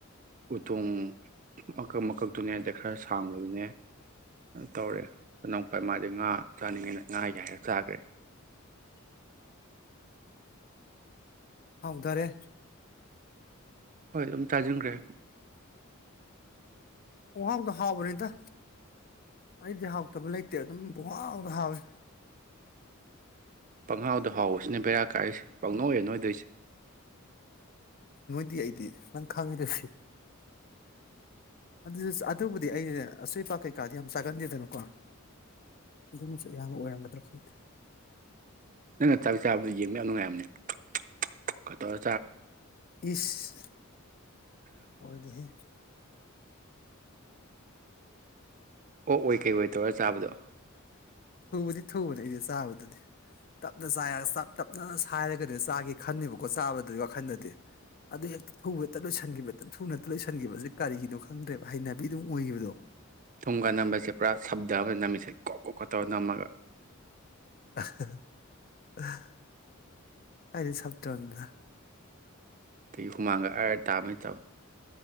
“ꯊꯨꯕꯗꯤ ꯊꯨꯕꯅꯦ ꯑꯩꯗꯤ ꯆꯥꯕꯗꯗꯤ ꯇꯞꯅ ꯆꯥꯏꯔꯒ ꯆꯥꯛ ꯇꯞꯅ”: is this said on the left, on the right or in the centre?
Left